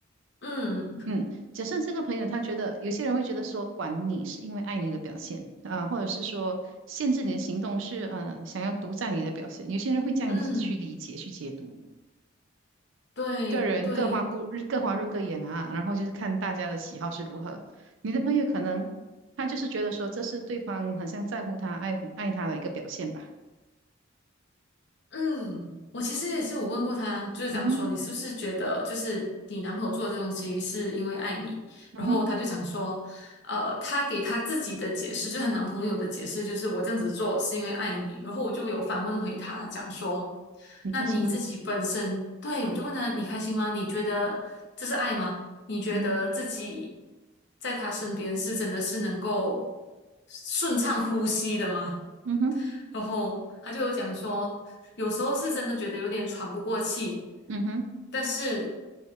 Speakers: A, on the left; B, on the right.
A: 嗯
B: 嗯，假设这个朋友他觉得，有些人会觉得说，管你是因为爱你的表现啊、或者是说限制你的行动是呃想要独占你的表现。有些人会这样子去理解去解读。
A: 嗯，对对
B: 个人各花各各花入各眼啊，然后就是看大家的喜好是如何。你的朋友可能他就是觉得说这是对方好像在乎他、爱护爱他的一个表现吧。
A: 嗯，我其实也是，我问过他，就是讲说你是不是觉得，
B: 嗯哼，
A: 就是你男朋友做的这东西是因为爱你，
B: 嗯哼，
A: 然后他就讲说，呃，他给他自己的解释，就是她男朋友的解释，就是我这样子做是因为爱你，然后我就有反问回他，讲说，
B: 你开心吗？
A: 那你自己本身，对，我就问他你开心吗？你觉得这是爱吗？你觉得自己
B: 嗯哼，
A: 在他身边是真的是能够顺畅呼吸的吗？
B: 嗯哼，
A: 然后他就有讲说，有时候是真的觉得有点喘不过气，
B: 嗯哼，
A: 但是